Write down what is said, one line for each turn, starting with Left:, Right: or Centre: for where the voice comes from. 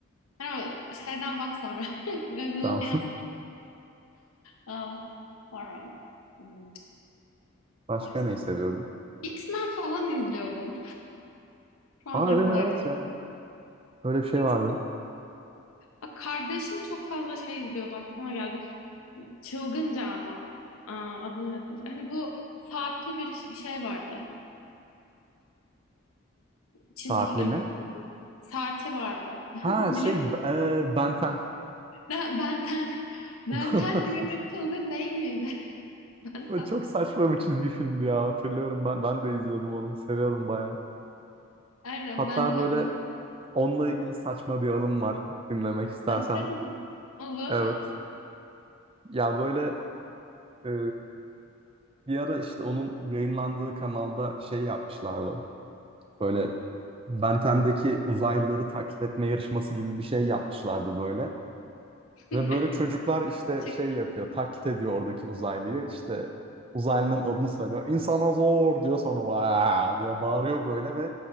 Left: Ama şeyden bak sonra. <laughs> Google'a
Right: Tamam.
Left: yaz.
Right: <laughs>
Left: Aa, sonra. hmm,
Right: Başka
Left: Başka.
Right: neyi seviyordum?
Left: X-Men falan izliyordum. Şu an
Right: Aa
Left: aklıma
Right: değil mi? Evet
Left: geldi.
Right: ya. Böyle bir şey
Left: X-
Right: vardı.
Left: Aa, Kardeşim çok fazla şey izliyordu aklıma geldi. Çılgınca ama. Aa, adı nedir? Hani bu saatli bir, bir şey vardı. çizgi
Right: Saatliğine.
Left: film saati vardı. <laughs>
Right: Ha
Left: Biliyor
Right: şey
Left: musun?
Right: e, Ben 10.
Left: Ben, Benten. Benten
Right: <laughs>
Left: bir ara çılgın değil miydi? <laughs> Benten.
Right: O Çok saçma bir çizgi filmdi ya hatırlıyorum ben ben de izliyordum onu seviyordum bayağı.
Left: Aynen
Right: Hatta
Left: Benten
Right: böyle
Left: ben.
Right: onunla ilgili saçma bir anım var dinlemek istersen.
Left: Benten değil. Olur.
Right: Evet ya böyle e, bir ara işte onun yayınlandığı kanalda şey yapmışlardı. Böyle Ben 10'deki uzaylıları taklit etme yarışması gibi bir şey yapmışlardı böyle.
Left: <laughs>
Right: Ve böyle çocuklar işte
Left: Gerçek.
Right: şey yapıyor, taklit ediyor oradaki uzaylıyı. İşte uzaylının adını söylüyor. İnsana zor diyor sonra "Vaa!" diyor bağırıyor böyle ve